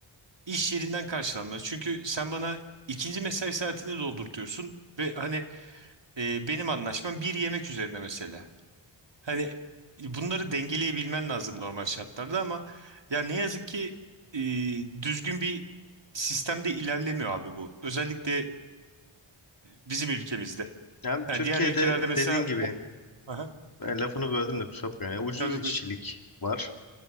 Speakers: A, on the right; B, on the left.
A: İş yerinden karşılanmalı. Çünkü sen bana ikinci mesai saatini doldurtuyorsun ve hani e, benim anlaşmam bir yemek üzerine mesela. Hani e, bunları dengeleyebilmen lazım normal şartlarda ama ya ne yazık ki e, düzgün bir sistemde ilerlemiyor abi bu. Özellikle e, bizim ülkemizde.
B: Yani
A: Ha,
B: Türkiye'de
A: diğer ülkelerde mesela
B: dediğin gibi
A: o... Aha,
B: e, lafını böldüm de kusura bakma. Yani ucuz
A: tabii
B: işçilik
A: buyur.
B: var.